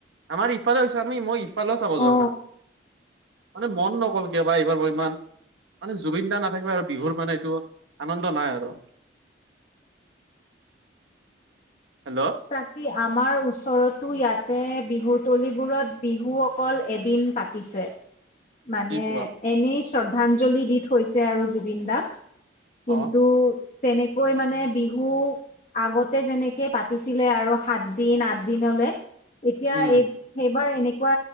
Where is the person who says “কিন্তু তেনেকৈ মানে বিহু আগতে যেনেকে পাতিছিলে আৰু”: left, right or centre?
Left